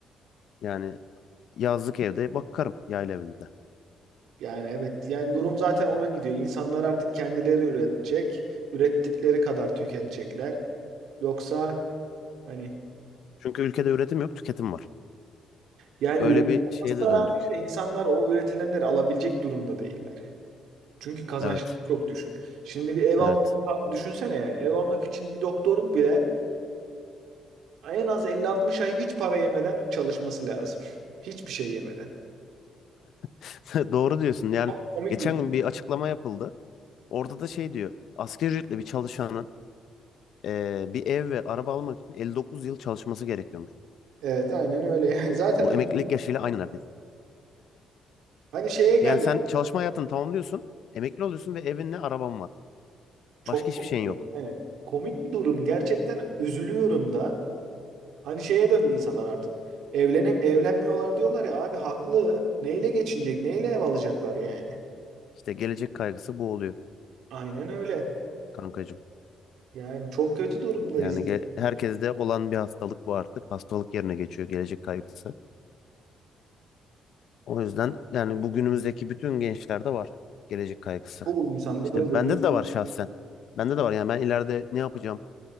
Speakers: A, on the left (about 70°); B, on the right (about 80°).
A: Yani yazlık evde bakarım yayla evinde.
B: Yani evet. Yani durum zaten ona gidiyor. İnsanlar artık kendileri üretecek. Ürettikleri kadar tüketecekler. Yoksa hani
A: Çünkü ülkede üretim yok, tüketim var.
B: yani
A: Öyle
B: üretim
A: bir
B: olmasına
A: şeye de döndük.
B: rağmen de insanlar o üretilenleri alabilecek durumda değiller. Çünkü kazançları
A: Evet,
B: çok düşük. Şimdi bir ev
A: evet.
B: almak düşünsene yani. Ev almak için bir doktorun bile En az elli altmış ay hiç para yemeden çalışması lazım. <laughs> Hiçbir şey yemeden.
A: <laughs> Doğru diyorsun. Yani
B: Çok komik
A: geçen
B: bir durum.
A: gün bir açıklama yapıldı. Orada da şey diyor. Asgari ücretli bir çalışanın eee, bir ev ve araba almak için 59 yıl çalışması gerekiyormuş.
B: Evet aynen öyle yani. <laughs> Zaten
A: Bu
B: ömür
A: emeklilik yaşıyla aynı neredeyse.
B: Hani şeye geldim.
A: Yani sen çalışma hayatını tamamlıyorsun, emekli oluyorsun ve evinle araban var.
B: Çok
A: Başka
B: komik.
A: hiçbir şeyin yok.
B: yani. Aynen. Komik bir durum. Gerçekten üzülüyorum da. Hani şeye döndü insanlar artık. Evlenem evlenmiyorlar diyorlar ya abi haklı. Neyle geçinecek? Neyle ev alacaklar yani?
A: İşte gelecek kaygısı bu oluyor
B: Aynen öyle.
A: kankacığım.
B: Yani çok kötü durumdayız.
A: Yani ge- herkeste olan bir hastalık bu artık. Hastalık yerine geçiyor gelecek kaygısı. O yüzden yani bugünümüzdeki bütün gençlerde var gelecek kaygısı.
B: Çoğu insanda
A: İşte
B: da görüyoruz.
A: bende de var şahsen. Bende de var yani ben ileride ne yapacağım?